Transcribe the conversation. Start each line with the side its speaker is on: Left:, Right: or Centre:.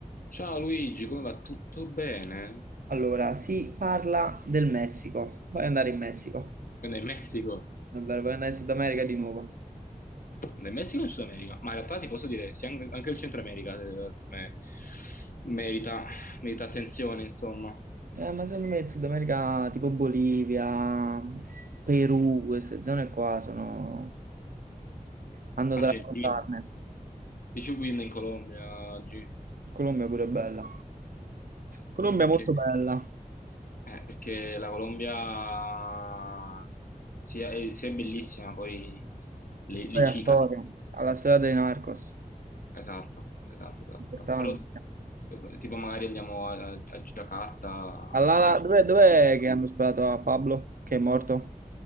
Left: Ciao Luigi, come va? Tutto bene?
Right: Allora, si parla del Messico. Vuoi andare in Messico?
Left: Quindi in Messico?
Right: È vero, vuoi andare in Sud America di nuovo?
Left: Nel Messico o in Sud America? Ma in realtà ti posso dire, sì, anche, anche il Centro America eh, secondo me, merita, merita attenzione, insomma.
Right: Eh, ma secondo me in Sud America, tipo Bolivia, Perù, queste zone qua sono... hanno
Left: Argentina.
Right: da raccontarne.
Left: Dicevo win in Colombia oggi,
Right: Colombia pure è bella. Colombia
Left: perché,
Right: è molto bella.
Left: eh, perché la Colombia sia, è, sia è bellissima, poi le, le
Right: Poi
Left: chicas.
Right: la storia. Ha la storia dei Narcos.
Left: Esatto, esatto, esatto,
Right: Importante.
Left: esatto. Però eh, tipo magari andiamo a, a Giacarta, a,
Right: Allala,
Left: a- eh,
Right: dov'è dov'è che hanno sparato a Pablo, che è morto?